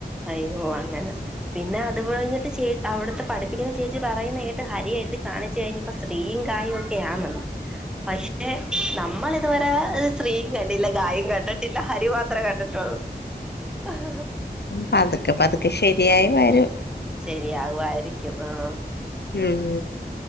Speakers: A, in the centre; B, on the left.
A: അയ്യോ! അങ്ങനെ. പിന്നെ, അത് കഴിഞ്ഞിട്ട് ചെ അവിടുത്തെ പഠിപ്പിക്കുന്ന ചേച്ചി പറയുന്നത്‌ കേട്ട് ഹരി എഴുതി കാണിച്ച് കഴിഞ്ഞപ്പോ ശ്രീയും, കായും ഒക്കെ ആണെന്ന്. പക്ഷെ ന നമ്മൾ ഇതുവരെ ശ്രീയും കണ്ടില്ല, ഗായും കണ്ടിട്ടില്ല, ഹരി മാത്രമേ കണ്ടിട്ടുള്ളൂ. <unintelligible>
B: പതുക്കെ, പതുക്കെ ശെരിയായി വരും.
A: ശെരി ആവുവായിരിക്കും, ആഹ്
B: ഉം.